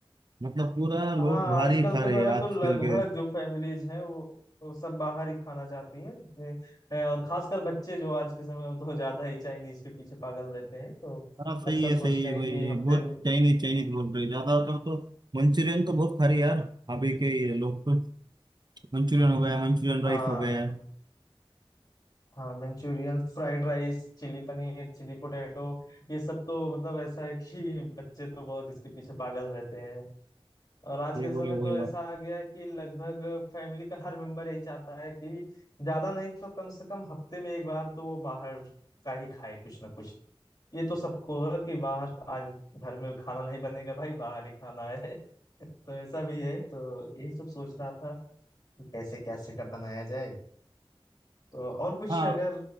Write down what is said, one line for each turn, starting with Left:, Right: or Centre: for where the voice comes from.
Right: मतलब पूरा लोग
Left: हाँ
Right: बाहर
Left: आजकल
Right: ही खा
Left: के
Right: रहे
Left: समय
Right: हैं
Left: तो
Right: आजकल
Left: लगभग
Right: के
Left: जो फैमिलीज हैं वो वो सब बाहर ही खाना चाहती हैं जितने हैं और खासकर बच्चे जो आज के समय में तो ज्यादा ही चाइनीज के पीछे पागल रहते हैं तो
Right: हाँ सही
Left: अक्सर
Right: है
Left: सोचते
Right: सही है
Left: हैं
Right: भाई
Left: कि हफ्ते
Right: बहुत
Left: में-
Right: चाइनीज चाइनीज बोल रहे हैं। ज्यादातर तो मंचूरियन तो बहुत खा रहे यार अभी के ये लोग तो मंचूरियन हो गया मंचूरियन
Left: हाँ
Right: राइस हो गया
Left: हाँ Manchurian fried rice chilli paneer chilli potato ये सब तो मतलब ऐसा है कि बच्चे तो बहुत इसके पीछे पागल रहते हैं और आज
Right: सही
Left: के समय
Right: बोले वही
Left: तो ऐसा
Right: आप
Left: आ गया है कि लगभग फैमिली का हर मेंबर यही चाहता है कि ज्यादा नहीं तो कम से कम हफ्ते में एक बार तो वो बाहर का ही खाए कुछ ना कुछ ये तो सबको है कि बाहर आज घर में खाना नहीं बनेगा भाई बाहर ही खाना है <laughs> तो ऐसा भी है तो यही सब सोच रहा था कि कैसे क्या सेटअप बनाया जाए तो और कुछ
Right: हाँ
Left: अगर
Right: आप